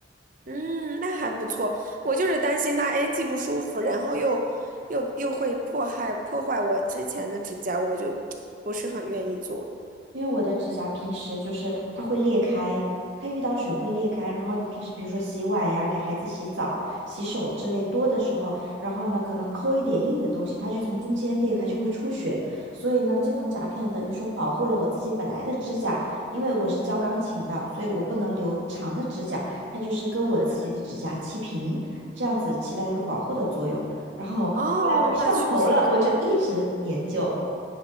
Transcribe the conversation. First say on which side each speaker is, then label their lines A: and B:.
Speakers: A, on the right (about 45°); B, on the right (about 75°).
A: 嗯，那还不错。我就是担心它，哎，既不舒服，然后又又又会破害破坏我之前的指甲，我就不是很愿意做。
B: 因为我的指甲平时就是它会裂开，它遇到水会裂开。然后你平时比如说洗碗呀、给孩子洗澡、洗手之类多的时候，然后呢可能抠一点硬的东西，它就从中间裂开，就会出血。所以呢，这种甲片等于说保护了我自己本来的指甲，因为我是教钢琴的，所以我不能留长的指甲，它就是跟我自己的指甲齐平，
A: 嗯，
B: 这样子起到一个保护的作用。然后后来我上头了，
A: 哦，那确实是
B: 我就一直研究，